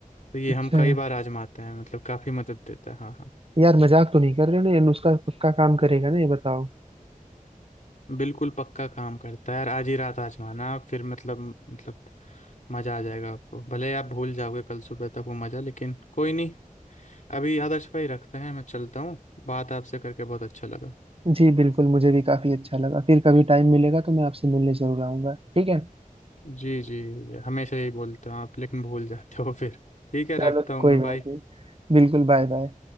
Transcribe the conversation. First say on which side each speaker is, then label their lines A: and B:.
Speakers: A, on the left; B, on the right.
A: तो ये
B: अच्छा
A: हम कई बार आजमाते हैं मतलब काफ़ी मदद देता है हाँ हाँ
B: यार मजाक तो नहीं कर रहे हो ना ये नुस्खा पक्का काम करेगा ना ये बताओ
A: बिल्कुल पक्का काम करता है यार आज ही रात आजमाना आप फिर मतलब मतलब मज़ा आ जाएगा आपको भले आप भूल जाओगे कल सुबह तक वो मज़ा लेकिन कोई नहीं अभी आदर्श भाई रखते हैं मैं चलता हूँ बात आपसे करके बहुत अच्छा लगा
B: जी बिल्कुल मुझे भी काफी अच्छा लगा फिर कभी टाइम मिलेगा तो मैं आपसे मिलने जरूर आऊंगा ठीक है
A: जी जी हमेशा यही बोलते हो आप लेकिन भूल जाते हो फिर ठीक है रखता
B: चलो
A: हूँ मैं
B: कोई
A: बाय
B: बात नहीं बिल्कुल बाय बाय